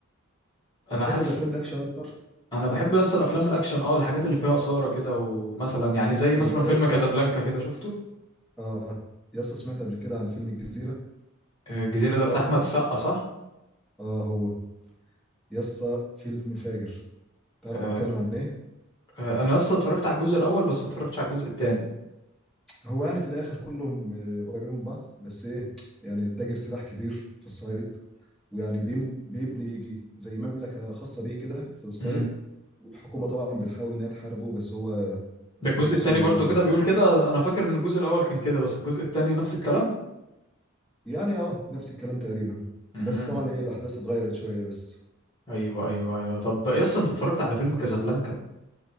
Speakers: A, on the left; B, in the centre.
A: انا
B: بتحب
A: حاسس
B: الافلام الاكشن اكتر
A: انا بحب بس الافلام الاكشن اه الحاجات اللي فيها اثاره كده ومثلا يعني زي مثلا
B: يبقى
A: فيلم
B: يا اسطى
A: كازابلانكا كده شفته
B: اه يا اسطى سمعت قبل كده عن فيلم الجزيره
A: آه، الجزيره ده
B: تعرفه
A: بتاع احمد
B: ده
A: السقا صح
B: اه هو يا اسطى فيلم فاجر تعرف
A: آه،
B: بيتكلم عن ايه
A: آه، انا اصلا اتفرجت على الجزء الاول بس ما اتفرجتش على الجزء التاني
B: هو يعني في الاخر كلهم آه، قريبين من بعض بس ايه يعني تاجر سلاح كبير في الصعيد ويعني بيم- بيبني يجي زي مملكة خاصة بيه كده في الصيد
A: امم
B: والحكومة طبعا بتحاول إن هي تحاربه بس هو
A: ده الجزء
B: واقف
A: التاني
B: قصادهم
A: برضو
B: يعني
A: كده بيقول كده انا فاكر ان الجزء الاول كان كده بس الجزء التاني نفس الكلام
B: يعني اه نفس الكلام تقريبا
A: امم
B: بس طبعا ايه الأحداث اتغيرت شوية بس
A: ايوه ايوه ايوه طب يا اسطى انت اتفرجت على فيلم كازابلانكا